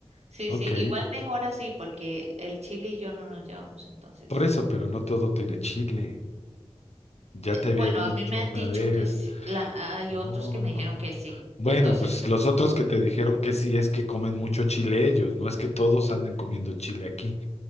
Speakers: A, on the right; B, on the left.
A: Sí,
B: Ok,
A: sí, igual mejor así porque el Chile y yo no nos llevamos entonces.
B: por eso, pero no todo tiene
A: Mm.
B: chile. Ya
A: De-
B: te había
A: bueno,
B: dicho
A: a mí me han
B: una
A: dicho
B: vez.
A: que sí, la, hay
B: No,
A: otros que me
B: no.
A: dijeron que sí,
B: Bueno,
A: entonces
B: pues
A: yo.
B: los otros que te dijeron que sí es que comen mucho chile ellos, no es que todos anden comiendo chile aquí.